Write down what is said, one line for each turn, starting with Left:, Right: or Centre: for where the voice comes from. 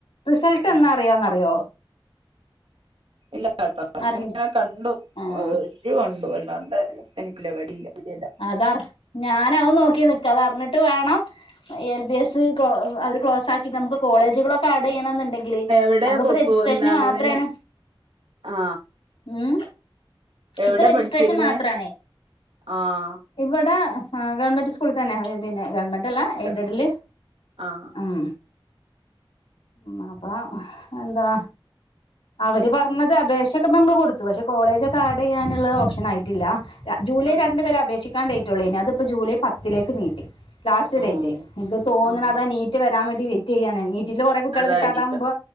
Left: റിസൾട്ട്
Right: ആ
Left: എന്നാ അറിയാന്നറിയോ
Right: ഇല്ല ട്ടോ ഞാനിങ്ങനെ
Left: അറിഞ്ഞ്
Right: കണ്ടു
Left: ആഹ്
Right: കണ്ടു എല്ലാണ്ട് എനി ഇല്ല വരില്ല ഇല്ലല്ലാ
Left: അതർ ഞാനവും നോക്കി നിക്കാ അതർഞ്ഞിട്ട് വേണം എൽ ബി എസ് ക്ലോ അവര് ക്ലോസാക്കിട്ട് നമുക്ക് കോളേജുകളൊക്കെ ആഡ് ചെയ്യണന്നുണ്ടെ- ങ്കില്.
Right: എവിടെയാ
Left: നമ്മളിപ്പോ
Right: കൊ
Left: രജിസ്ട്രേഷന്
Right: എന്താണ്
Left: മാത്രേണ്
Right: ഇതിന് ആ
Left: ഉം
Right: എവിടെ
Left: ഇപ്പ രജിസ്ട്രേഷൻ
Right: പഠിച്ചിരുന്നേ
Left: മാത്രാണ്
Right: ആഹ്
Left: ഇവടെ ഏ ഗവൺമെന്റ് സ്കൂളി തന്നെ <unintelligible> ഗവൺമെന്റ് അല്ല എയ്ഡഡിൽ
Right: തന്നെ ആഹ്
Left: ഉം ഉം അപ്പ എന്താ അവര് പറഞ്ഞത് അപേക്ഷൊക്കെ നമ്മള് കൊടുത്തു പക്ഷെ കോളേജ് ഒക്കെ ആഡ് യ്യാനുള്ളത് ഓപ്ഷൻ ആയിട്ടില്ല ജൂലൈ
Right: ആഹ്
Left: രണ്ട് വരെ അപേക്ഷിക്കാൻ ഡേയിറ്റുള്ളേയിന്നു അതിപ്പ ജൂലൈ പത്തിലേക്ക് നീട്ടി ലാസ്റ്റ്
Right: ഓ
Left: ഡേറ്റ് എനിക്ക് തോന്നണതാ
Right: ആഹ്
Left: നീറ്റ് വരാൻ വേണ്ടി വെറ്റ് ചെയ്യണങ്കിൽ റ്റില് കുറെ കുട്ടികൾ
Right: അതായിരിക്കാം
Left: കിട്ടാതാവുമ്പോ